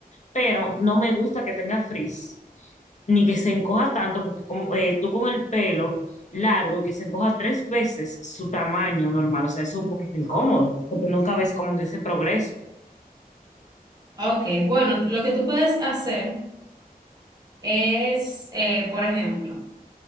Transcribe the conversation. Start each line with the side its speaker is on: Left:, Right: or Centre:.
Left: pero no me gusta que tenga frizz, ni que se encoja tanto, porque como, eh, tú con el pelo largo y que se encoja tres veces su tamaño normal, o sea, eso es un poquito incómodo, porque nunca ves como que ese progreso.
Right: Ok, bueno, lo que tú puedes hacer es, eh, por ejemplo,